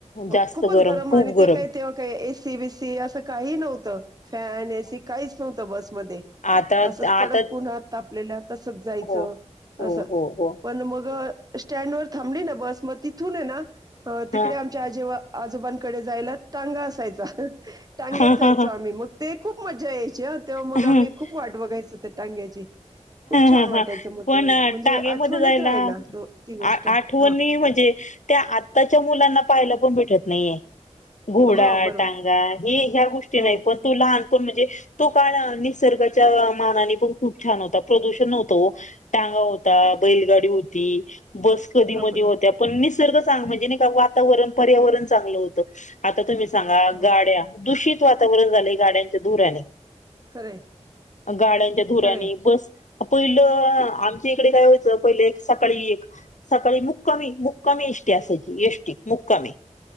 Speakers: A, on the left; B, on the right.
A: जास्त
B: खूपच गरम
A: खूप
B: आणि
A: गरम
B: ते काय तेव्हा- एसी बीसी असं काही नव्हतं. फॅन, एसी काहीच नव्हतं बस- <unintelligible>
A: आता
B: असच कडक
A: आता
B: उन्हात तापलेल्या तसंच जायचंअस-
A: हो हो हो हो
B: मग स्टॅण्डवर थांबली ना बस? मग तिथून ए ना, तिकडे
A: हा
B: आमच्या - आजी आजोबांकडे जायला टांगा असायचा. टांग्यात
A: हा
B: जायचो
A: हा हा
B: आम्ही मग. ते खूप मजा यायची हं. तेव्हा मग
A: ह
B: आम्ही खूप वाट बघायचो त्या टांग्याची. खूप छान
A: ह
B: वाटायचं
A: ह
B: मग
A: पण
B: तो एक
A: अ,
B: म्हणजे
A: टांगेमध्ये
B: आठवणीत
A: जायला
B: राहीला तो ती गोष्ट
A: आ- आठवणी
B: हा
A: म्हणजे त्या आत्ताच्या मुलांना पाहायला पण भेटत नाहीये घोडा
B: हो बरोबर
A: टांगा हे ह्या गोष्टी
B: हो
A: नाही पण तो लहानपण म्हणजे तो काळ निसर्गाच्या मानाने पण खूप छान होता प्रदूषण नव्हतं ओ टांगा होता बैलगाडी होती बस कधी
B: हा
A: मधी
B: बरो
A: होत्या पण निसर्ग चांग म्हणजे का वातावरण पर्यावरण चांगलं होतं आता तुम्ही सांगा
B: हो
A: गाड्या दूषित वातावरण झाले गाड्यांच्या धुराने
B: खरंय
A: गाड्यांच्या धुराने
B: खरंय
A: बस पहिलं आमच्या इकडे काय वायचं पहिले एक सकाळी एक सकाळी मुक्कामी, मुक्कामी एष्टी असायची एष्टी मुक्कामी